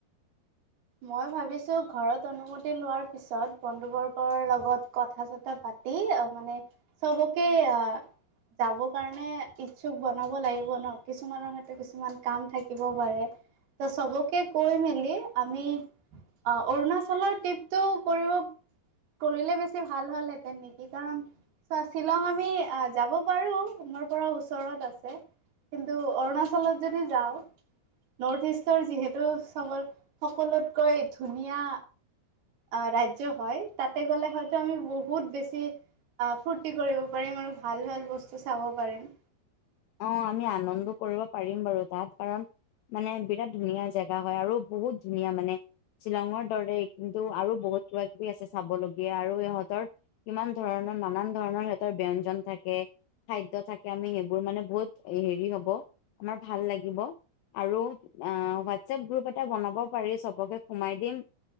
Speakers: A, on the right (about 70°); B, on the left (about 75°).
A: মই ভাবিছো ঘৰত অনুমতি লোৱাৰ পিছত বন্ধুবৰ্গৰ লগত কথা চথা পাত তি মানে চবকে আহ যাবৰ কাৰণে ইচ্ছুক বনাব লাগিব ন। কিছুমানৰ হয়তো কিছুমান কাম থাকিব পাৰে। ত চবকে কৈ মেলি আমি অ অৰুণাচলৰ ট্ৰিপটো কৰিব কৰিলে বেছি ভাল হ'লহেঁতেন নেকি কাৰণ চা শ্বিলং আমি যাব পাৰো মোৰ পৰা ওচৰত আছে। কিন্তু অৰুণাচলত যদি যাও নৰ্থ ইষ্টৰ যিহেতু চবৰ সকলোতকৈ ধুনীয়া অহ ৰাজ্য হয় তাতে গলে হয়তো আমি বহুত বেছি অহ ফূৰ্তি কৰিব পাৰিম আৰু ভাল ভাল বস্তু চাব পাৰিম।
B: অ আমি আনন্দ কৰিব পাৰিম বাৰু তাত কাৰণ মানে বিৰাট ধুনীয়া জেগা হয় আৰু বহুত ধুনীয়া মানে। শ্বিলঙৰ দৰে কিন্তু আৰু বহুত কিবা কিবি আছে চাবলগীয়া আৰু ইহঁতৰ কিমান ধৰণৰ নান ধৰণৰ সিহঁতৰ ব্যঞ্জন থাকে খাদ্য থাকে আমি সেইবোৰ মানে বহুত হেৰি হব আমাৰ ভাল লাগিব আৰু হোৱাটছএপ গ্ৰুপ এটা বনাব পাৰি চবকে সোমাই দিম